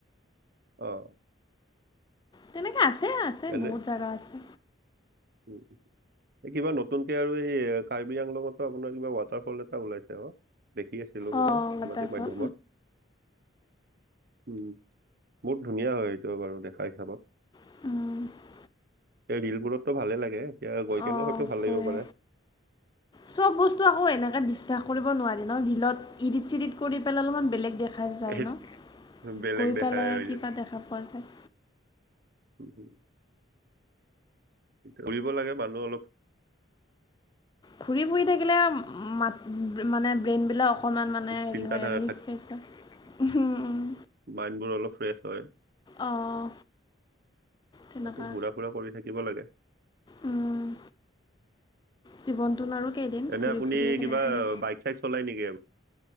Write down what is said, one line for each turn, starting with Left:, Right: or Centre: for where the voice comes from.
Right: অ'।
Left: তেনেকে আছে, আছে
Right: এনে
Left: বহুত জাগা আছে।
Right: <inaudible> এই কিবা নতুনকে আৰু হেই কাৰ্বি আংলংতো আপোনাৰ কিবা ৱাটাৰফল এটা ওলাইছে অ' দেখি আছে। ছিলোঁ
Left: অঁ
Right: মই সামাজিক
Left: ৱাটাৰফল
Right: মাধ্যমত। উম, বহুত ধুনীয়া হয় এইটো বাৰু দেখা হিচাপত।
Left: অ'।
Right: এ ৰিলবোৰতো ভালে লাগে, এতিয়া গৈ কেনে
Left: অঁ
Right: হয়তো ভাল
Left: হয়
Right: লাগিব পাৰে।
Left: চব বস্তু আকৌ এনেকে বিশ্বাস। কৰিব নোৱাৰি ন ৰিলত ইডিট চিডিট কৰি পেলাই অলপমান বেলেগ। দেখা যায়
Right: সেই
Left: ন।
Right: বেলেগ
Left: গৈ
Right: দেখাই
Left: পেলাই
Right: হৈ
Left: কিবা
Right: যায়
Left: দেখা পোৱা যায়।
Right: উম, হুম। ঘূৰিব লাগে মানুহ অলপ।
Left: ঘূৰি ফুৰি থাকিলে মাত মানে ব্ৰেইনবিলাক। অকণমান মানে হেৰি
Right: চিন্তা
Left: হয়
Right: ধাৰা
Left: আৰু <unintelligible>
Right: মাইণ্ডবোৰ অলপ ফ্ৰেছ হয়।
Left: অঁ তেনেকুৱা
Right: তাকে ঘূৰা ফুৰা কৰি থাকি। দিব লাগে।
Left: উম, জীৱনটোন আৰু কেইদিন
Right: এনে
Left: ঘুৰি
Right: আপুনি
Left: ফুৰিয়ে থাকিব
Right: কিবা
Left: লাগে।
Right: বাইক চাইক চলাই নেকি আৰু।